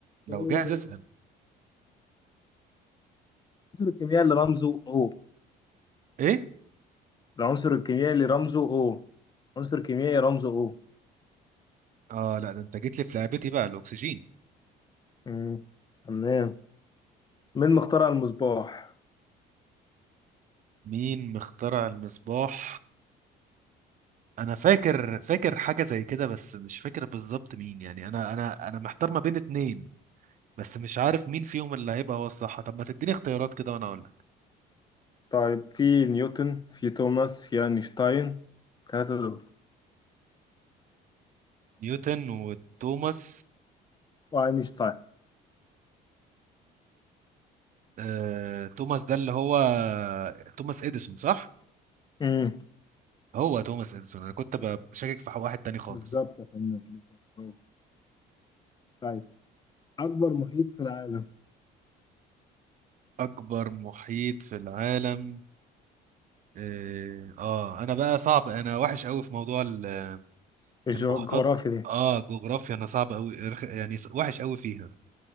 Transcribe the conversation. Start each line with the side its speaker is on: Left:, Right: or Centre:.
Right: لو
Left: ايه
Right: جاهز اسأل
Left: العنصر الكيميائي اللي رمزه او
Right: ايه
Left: العنصر الكيميائي اللي رمزه او عنصر كيميائي رمزه او
Right: اه لا ده انت جيت لي في لعبتي بقى الاكسجين
Left: مم، تمام مين مخترع المصباح
Right: مين مخترع المصباح انا فاكر فاكر حاجة زي كده بس مش فاكر بالظبط مين يعني انا انا انا محتار ما بين اتنين بس مش عارف مين فيهم اللي هيبقى هو الصح طب ما تديني اختيارات كده وانا اقول
Left: طيب في نيوتن في توماس في اينشتاين ثلاثة دول
Right: نيوتن وتوماس
Left: واينشتاين
Right: آه... توماس ده اللي هو توماس اديسون صح
Left: امم
Right: هو توماس اديسون انا كنت ب- بشكك في واحد تاني خالص
Left: بالظبط يا فنان بالظبط أهو. طيب اكبر محيط في العالم
Right: اكبر محيط في العالم اه آه، انا بقى صعب انا وحش قوي في موضوع ال-
Left: الجغرافيا
Right: المحيطات
Left: دي
Right: اه جغرافيا انا صعب قوي يعني ص- وحش قوي فيها